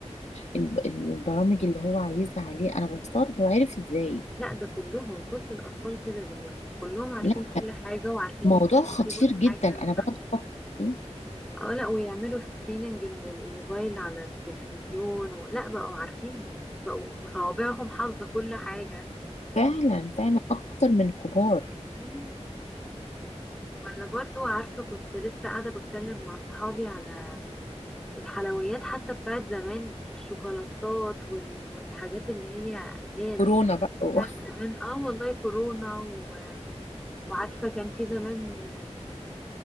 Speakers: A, on the left; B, in the centre.
A: ال- البرامج اللي هو عايزها عليه انا بستغرب هو عارف ازاي
B: لا ده كلهم كل الأطفال كده دلوقتي كلهم عارفين
A: لا
B: كل حاجة وعارفين
A: موضوع
B: ازاي
A: خطير
B: يجيبوا الحاجة
A: جدا انا بقعد افكر فيه
B: اه لا ويعملوا سكريننج من الموبايل على التلفزيون ولا بقوا عارفين بقوا صوابعهم حافظة كل حاجة
A: فعلا فعلا اكتر من الكبار
B: مم. ولا برضو عارفة كنت لسه قاعدة بتكلم مع صحابي على الحلويات حتى بتاعت زمان الشوكولاتات وال... والحاجات اللي هي اللي
A: فكورونا
B: هي
A: بقى و-
B: بتاعت زمان اه والله كورونا و... وعارفة كان في زمان